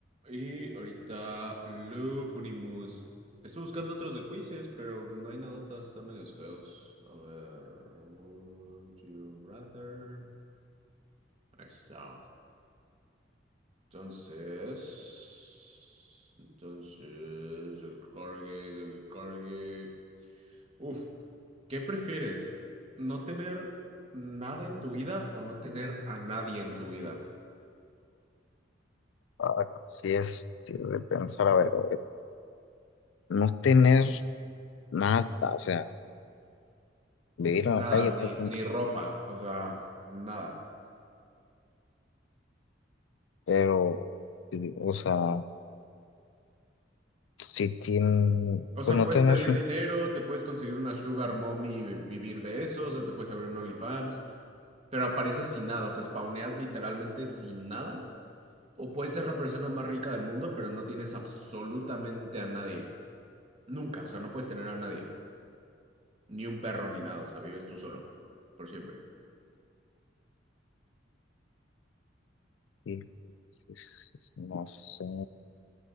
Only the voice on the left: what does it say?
Ah, sí es sí, de pensar, a ver, a ver, no tener nada, o sea, vivir en la
calle propiamente,
pero, sí, o sea, si tiene,
pues no
tener,
y- sí, sí, sí, no sé,